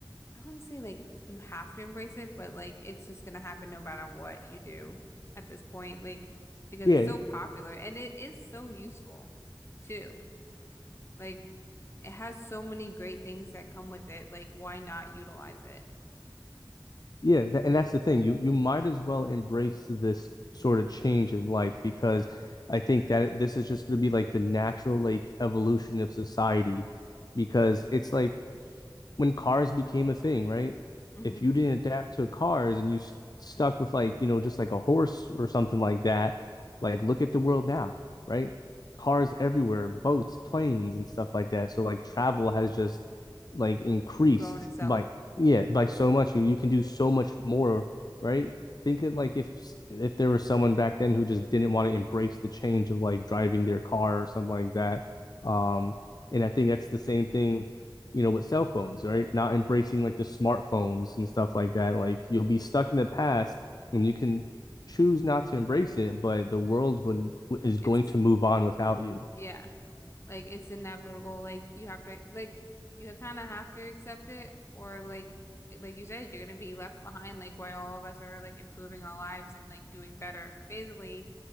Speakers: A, on the left; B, on the left.
A: I wouldn't say like you have to embrace it, but like it's just gonna happen no matter what you do at this point. Like because
B: Yeah,
A: it's so popular and it is so useful too. Like it has so many great things that come with it. Like why not utilize it?
B: Yeah, tha- and that's the thing. You you might as well embrace this sort of change in life because I think that this is just going to be like the natural like evolution of society because it's like when cars became a thing, right?
A: hmm
B: If you didn't adapt to cars and you s- stuck with like, you know, just like a horse or something like that, like look at the world now, right? Cars everywhere, boats, planes, and stuff like that. So like travel has just like increased
A: Grown itself.
B: by yeah, by so much. You, you can do so much more, right? Thinking like if if there was someone back then who just didn't want to embrace the change of like driving their car or something like that. Um, and I think that's the same thing you know, with cell phones, right? Not embracing like the smartphones and stuff like that. Like you'll be stuck in the past and you can choose not to embrace it, but the world would is going
A: It's
B: to move on without you.
A: yeah. Like it's inevitable. Like you have to like you kind of have to accept it or like like you said you're gonna be left behind like while all of us are like improving our lives and like doing better. Basically